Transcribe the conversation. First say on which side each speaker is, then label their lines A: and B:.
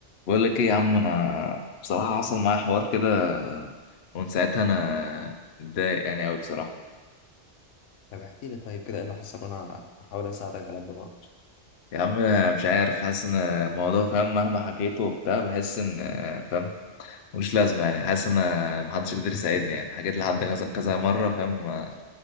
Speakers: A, on the left; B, on the left.
A: بقول لك ايه يا عم انا بصراحة حصل معايا حوار كده ومن ساعتها انا متضايق يعني قوي بصراحة
B: طب احكي لي طيب كده ايه اللي حصل وانا هحاول اساعدك على قد ما اقدر
A: يا عم مش عارف حاسس ان الموضوع فاهم مهما حكيته وبتاع بحس ان فاهم ملوش لازمة يعني حاسس ان محدش قدر يساعدني يعني حكيت لحد كذا كذا مرة فاهم ما